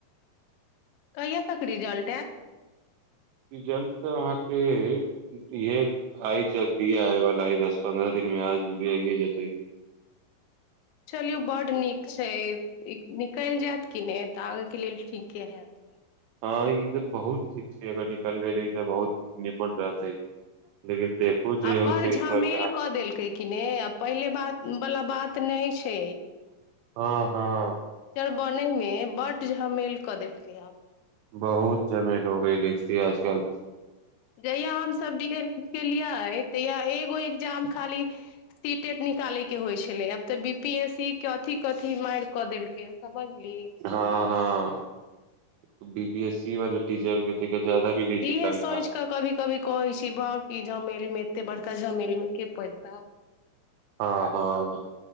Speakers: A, on the left (about 85°); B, on the right (about 80°).
A: कहिया तक रिजल्ट ऐत
B: रिजल्ट तऽ आहाँके इहे फाई जल्दीये आबैय बला य दस पन्द्रह दिनमे आज भी आइे जतई
A: चलियू बड नीक छै ई निकलि जायत कि नइ तऽ आगेके लेल ठीके हैत
B: हँ ई त बहुत ठीक छै अगर निकल गेलै तऽ बहुत निमन रहतै लेकिन देखू जे
A: आ
B: हौ
A: बड़
B: से
A: झमेल
B: ईश्वर के हाथ
A: कऽ देलकै कि नै आ पहिले बात वला बात नहि छै
B: हँ हँ
A: नैय मे बड झमेल कऽ देलकै आब
B: बहुत झमेल <unintelligible>
A: जहिया हम सब डी एल एड केलियै तहिया एगो एजाम खाली सी टेट निकाले के होइ छलै आब तऽ बी पी एस सी के अथी कथी माइर कऽ देलकै समझली
B: हँ हँ एक बी बी एस सी वाला टीचर के त ज्यादा मिलै छै
A: इहे
B: तनखा
A: सोच कऽ कभी कभी कहै छी बकी झमेलमे एते बड़का जमीन मे के पड़त
B: ह हँ